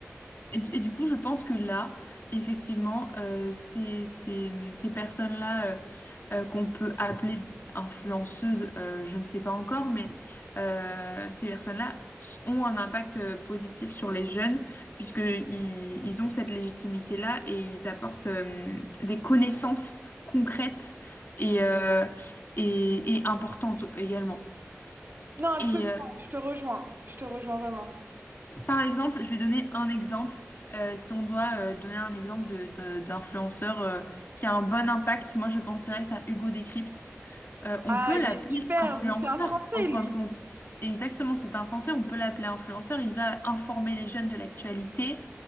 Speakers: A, on the left (about 45°); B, on the right (about 45°).
A: Et, du et du coup, je pense que là, effectivement, euh, ces, ces- ces personnes-là euh, euh, qu'on peut appeler influenceuses, euh, je ne sais pas encore, mais euh, ces personnes-là s- ont un impact euh, positif sur les jeunes, puisque ils, ils ont cette légitimité-là et ils apportent euh, des connaissances concrètes et, euh, et, et importantes également.
B: Non, absolument,
A: Et, euh,
B: je te rejoins. Je te rejoins vraiment.
A: Par exemple, je vais donner un exemple. Euh, si on doit euh, donner un exemple de, de- d'influenceur euh, qui a un bon impact, moi je pense direct à Hugo Décrypte. Euh, on
B: Ah,
A: peut
B: il
A: l'appeler
B: est super.
A: influenceur
B: Donc, c'est un Français,
A: en fin
B: lui.
A: de compte. Exactement, c'est un Français, on peut l'appeler influenceur. Il va informer les jeunes de l'actualité